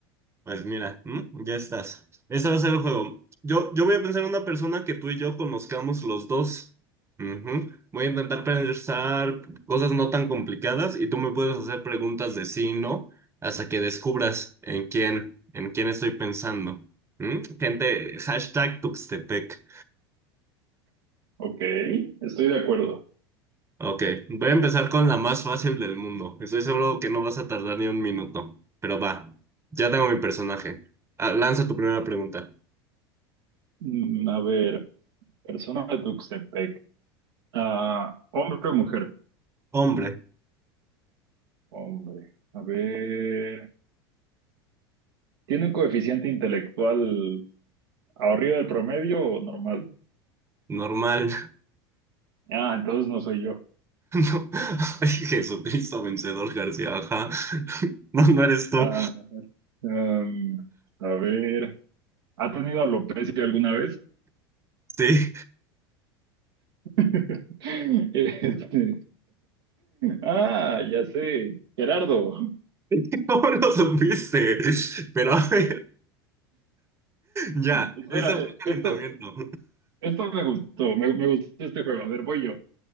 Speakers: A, on the right; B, on the right.
A: Pues mira, ¿m? ya estás. Este va a ser el juego. Yo, yo voy a pensar en una persona que tú y yo conozcamos los dos. Ujú. Voy a intentar pensar cosas no tan complicadas y tú me puedes hacer preguntas de sí y no hasta que descubras en quién, en quién estoy pensando. ¿M? Gente, hashtag Tuxtepec.
B: Ok, estoy de acuerdo.
A: Ok, voy a empezar con la más fácil del mundo. Estoy seguro que no vas a tardar ni un minuto, pero va. Ya tengo mi personaje. Ah, lanza tu primera pregunta.
B: Mm, a ver, persona de Tuxtepec. Ah, hombre o mujer.
A: Hombre,
B: Hombre. A ver, ¿tiene un coeficiente intelectual arriba del promedio o normal?
A: normal.
B: Ah, entonces no soy yo.
A: No, ay, Jesucristo vencedor García, ajá. No, no eres tú.
B: Ah, em, a ver. ¿Ha tenido alopecia alguna vez?
A: Sí,
B: <laughs> Este, Ah, ya sé. Gerardo.
A: <laughs> ¿cómo lo supiste? Pero a ver, ya,
B: Espera,
A: ese fue
B: eh, esto,
A: el calentamiento.
B: esto me gustó. Me, me gustó este juego. A ver, voy yo.